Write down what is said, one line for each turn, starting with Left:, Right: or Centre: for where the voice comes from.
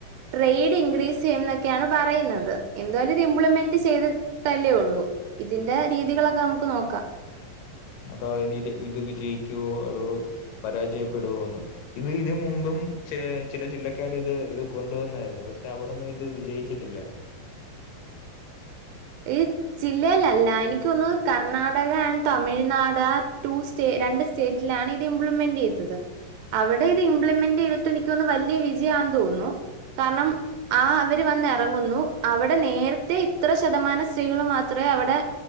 Right: ട്രേഡ് ഇൻക്രീസ് ചെയ്യും എന്നൊക്കെയാണ് പറയുന്നത്. എന്തായാലും ഇത് ഇംപ്ലിമെന്റ് ചെയ്ത്. തല്ലേ ഉള്ളൂ ഇതിന്റെ രീതികളൊക്കെ നമുക്ക് നോക്കാം.
Left: അതാ ഇനിത് ഇത് വിജയിക്കുവോ അതോ പരാജയപ്പെടുവോന്ന്. ഇത് ഇതിനന് മുമ്പും. ചില ചില ജില്ലക്കാര് ഇത് ഇത് കൊണ്ടുവന്നായിരുന്നു. പക്ഷെ അവിടൊന്നും ഇത് വിജയിച്ചിട്ടില്ല.
Right: ഈ ജില്ലയിലല്ല എനിക്കൊന്ന് കർണാടക ആൻഡ് തമിഴ്നാട് ആ ടൂസ്റ്റ് രണ്ട് സ്റ്റേറ്റിലാണ് ഇത് ഇംപ്ലിമെന്റ് ചെയ്തത്. അവിടെ ഇത് ഇംപ്ലിമെന്റ് ചെയ്തിട്ട് എനിക്കൊന്ന് വലിയ വിജയന്ന് തോന്നുന്നു. കാരണം ആ അവര് വന്ന് ഇറങ്ങുന്നു അവിടെ നേരത്തെ ഇത്ര ശതമാനം സ്ത്രീകൾ മാത്രമേ അവിടെ